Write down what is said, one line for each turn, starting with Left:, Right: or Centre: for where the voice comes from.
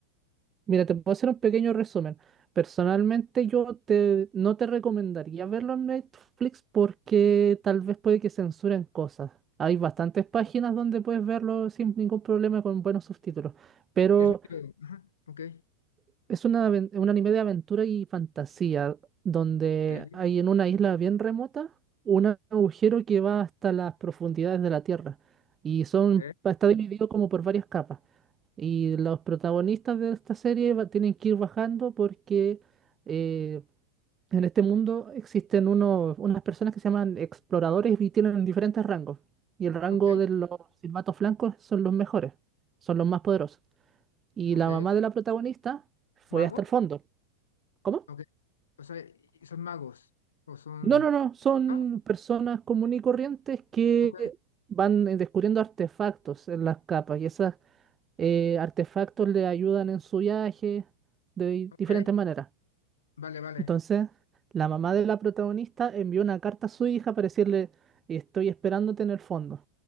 Right: Mira, te puedo hacer un pequeño resumen. Personalmente,
Left: Va.
Right: yo te, no te recomendaría verlo en Netflix porque tal vez puede que censuren cosas. Hay bastantes páginas donde puedes verlo sin ningún problema con buenos subtítulos. Pero
Left: Es medio, ajá, ok,
Right: es una, aven- un anime de aventura y fantasía donde
Left: sí,
Right: hay en una isla bien remota un agujero que va hasta las profundidades de la Tierra y son,
Left: ok,
Right: está dividido como por varias capas. Y los protagonistas de esta serie va- tienen que ir bajando porque eh, en este mundo existen unos, unas personas que se llaman exploradores y tienen diferentes rangos. Y el rango
Left: ok,
Right: de los silbatos blancos son los mejores, son los más poderosos. Y
Left: ok,
Right: la mamá
Left: o sea,
Right: de la protagonista fue
Left: mago,
Right: hasta el fondo. ¿Cómo?
Left: ok, o sea, y- son magos, o son,
Right: No, no, no, son
Left: ah,
Right: personas comunes y corrientes que
Left: ok,
Right: van eh, descubriendo artefactos en las capas y esos artefactos le ayudan en su viaje de
Left: ok,
Right: diferentes maneras.
Left: vale, vale,
Right: Entonces, la mamá de la protagonista envió una carta a su hija para decirle, estoy esperándote en el fondo.